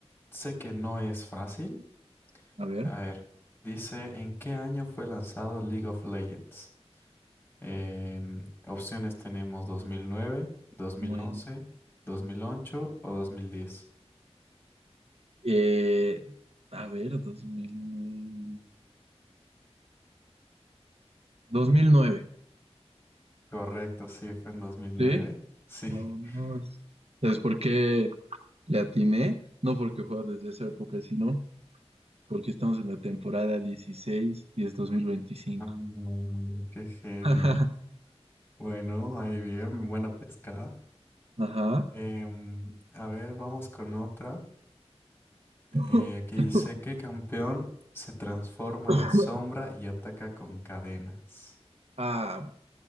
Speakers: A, on the left; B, on the right.
A: sé que no es fácil.
B: A ver,
A: A ver, dice, ¿en qué año fue lanzado League of Legends? Em, opciones tenemos dos dos mil mil nueve, dos mil
B: muy
A: once,
B: bien.
A: dos mil ocho o 2010.
B: Eh, a ver, dos mil 2009,
A: Correcto, sí, fue en dos mil
B: ¿sí?
A: nueve. Sí.
B: Vámonos.
A: <laughs>
B: ¿Sabes por qué le atiné? No porque juego desde esa época, sino porque estamos en la temporada 16 y es dos mil veinticinco
A: Mm, qué genio.
B: <laughs>
A: Bueno, ahí bien, buena pescada.
B: Ajá.
A: Em, a ver, vamos con otra.
B: <laughs>
A: Eh, aquí dice, ¿qué campeón se transforma
B: <coughs>
A: en sombra y ataca con cadenas?
B: Ah,